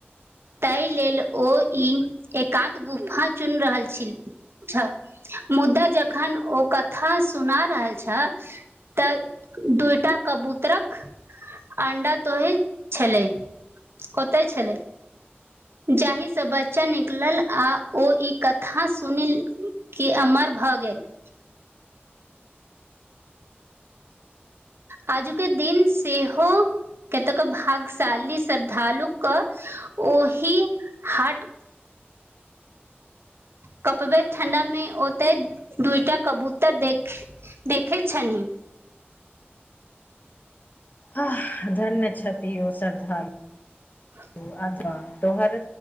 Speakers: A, on the right (about 70°); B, on the left (about 45°).
A: तै लेल ओ ई एकांत गुफा चुन रहल छील छ मुद्दा जखन ओ क कथा सुना रहल छ तऽ दूटा कबूतरक अंडा तोही छलैय ओतय छलै। जाहिसँ बच्चा निकलल आ ओ ई कथा सुनि के अमर भऽ गेल। आजुके दिन सेहो केतक भागशाली श्रद्धालुक ओहि हाट कपबे ठंडा मे ओते दूइटा कबूतर देख- देखै छनि।
B: आह धन्य छथि इहो श्रद्धालु।
A: ह <inaudible>
B: <unintelligible> तोहर